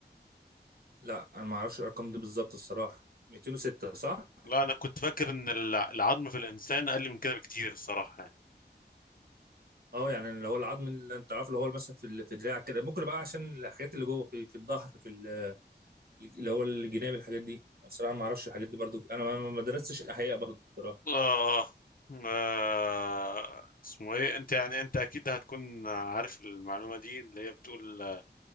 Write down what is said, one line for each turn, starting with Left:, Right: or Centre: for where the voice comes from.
Right: لا انا ما اعرفش الارقام دي بالظبط الصراحه 206 صح
Left: لا انا كنت فاكر ان الع- العظم في الانسان اقل من كده بكتير الصراحه يعني
Right: اه يعني اللي هو العظم اللي انت عارفه اللي هو مثلا في ال- في دراعك كده ممكن بقى عشان الحاجات اللي جوه في, في الظهر في ال- اللي هو الجناب الحاجات دي الصراحه ما اعرفش الحاجات دي برضو انا ما ما- ما درستش احياء برضو الصراحه
Left: آه آه اسمه ايه انت يعني انت اكيد هتكون عارف المعلومه دي اللي هي بتقول آه،